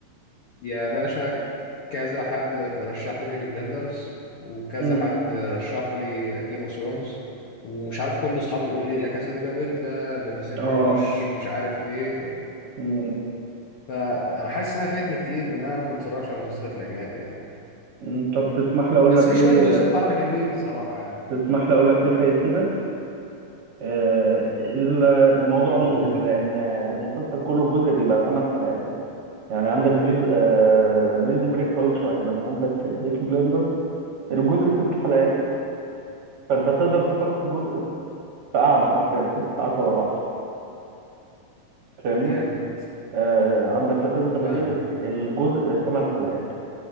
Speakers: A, on the left; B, on the right.
A: يا باشا كذا حد رشح لي بيكي بلندرز وكذا
B: مم.
A: حد رشح لي جيم اوف ثرونز ومش عارف كل اصحابي يقول لي لا كاسا دي بابل ده اللي ما سمعوش
B: اه
A: مش عارف ايه
B: مم.
A: فانا حاسس انها فايتني كتير بان انا ما بتفرجش على المسلسلات الاجنبي يعني
B: مم. طب تسمح لي اقول
A: بس
B: لك
A: في
B: ليه
A: شويه مسلسلات عربي حلوين الصراحه يعني
B: تسمح لي اقول لك ليه فايتينك آه، ال- الموضوع
A: قول
B: منجز
A: قول
B: لان المسلسل كله جزء بيبقى 8 حلقات مثلا يعني عندك بريز آه، بريزون بريك طويل شويه انما عندك بيكي بلندر الجزء ست حلقات فانت تقدر تخلص الجزء في قعده حرفيا ست ساعات ورا بعض فاهمني
A: جامد
B: آه، عندك لا كازا دي
A: فاهمك
B: بابيل الس- الجزء ثمان حلقات